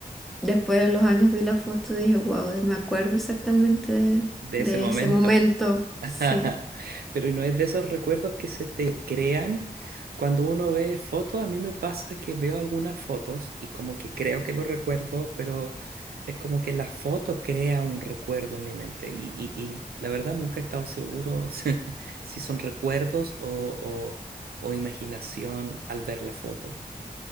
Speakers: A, in the centre; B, on the right.
A: después de los años vi la foto y dije, wow, me acuerdo exactamente de,
B: De
A: de
B: ese momento.
A: ese momento.
B: <laughs>
A: Sí.
B: Pero no es de esos recuerdos que se te crean cuando uno ve fotos. A mí me pasa que veo algunas fotos y como que creo que lo recuerdo, pero es como que la foto crea un recuerdo en mi mente. Y, y- y la verdad nunca he estado seguro <laughs> si, si son recuerdos o, o- o imaginación al ver la foto.